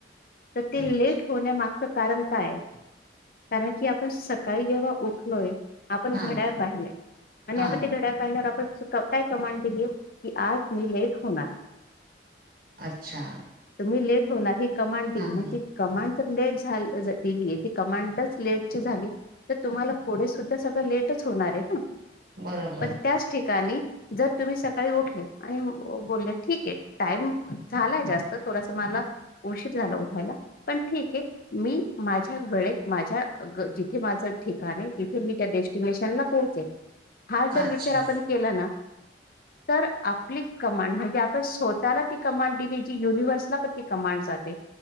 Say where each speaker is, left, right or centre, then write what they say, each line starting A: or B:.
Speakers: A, on the left; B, on the right.
A: तर ते
B: अच्छ
A: लेट होण्यामा च कारण काय? कारण की आपण सकाळी जेव्हा उठलोय आपण
B: हा
A: घड्याळ पाहिलंय आणि
B: हा
A: आपण ते घड्याळ पाहिल्यावर आपण स काय कमांड दिली? की आज मी लेट होणार.
B: अच्छा.
A: तुम्ही लेट होणार ही कमांड दिली,
B: हा
A: मग
B: ह
A: ती कमांड जर लेट झा जर दिली ती कमांडच लेटची झाली तर तुम्हाला पुढे सुद्धा सगळं लेटच होणार आहे ना.
B: बरोबर
A: पण त्याच ठिकाणी जर तुम्ही सकाळी उठले आणि बोलले ठीक आहे टाइम झालाय जास्त थोडास मला उशीर झाला उठायला, पण ठीक आहे मी माझ्या वेळेत माझ्या ग जिथे माझं ठिकाण आहे, तिथे मी त्या डेस्टिनेशनला पोह चे. हा जर
B: अच्छा
A: विचार आपण केला ना, तर आपली कमांड म्हणजे आपण स ताला ती कमांड दिली जी युनिव्हर्सला पण ती कमांड जाते.